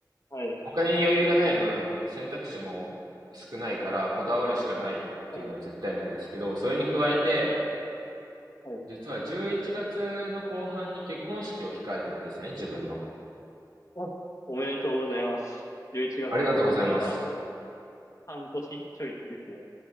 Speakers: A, on the left; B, on the right.
A: はい、
B: お金に余裕がない分、選択肢も少ないから、こだわるしかないっていうのは絶対なんですけど、
A: はい、
B: それに加えて、
A: はい。
B: 実は11月の後半に結婚式を控えてるんですね、自分の。
A: あおめでとうございます。11月の後半ってことはあと
B: ありがとうございます。
A: 半年ちょいですね。